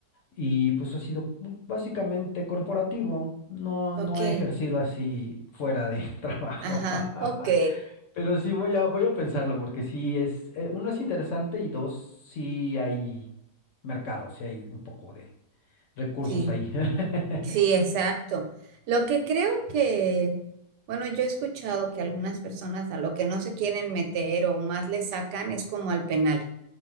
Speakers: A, on the left (about 55°); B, on the right (about 80°).
A: Y pues ha sido pues, básicamente corporativo. No,
B: Ok.
A: no he ejercido así fuera de <laughs> trabajo.
B: Ajá. Ok.
A: <laughs> Pero sí voy a, voy a pensarlo, porque sí es, eh, uno es interesante y dos, sí hay mercado, sí hay un poco de recursos
B: Sí.
A: ahí. <laughs>
B: Sí, exacto. Lo que creo que, bueno, yo he escuchado que algunas personas a lo que no se quieren meter o más le sacan es como al penal,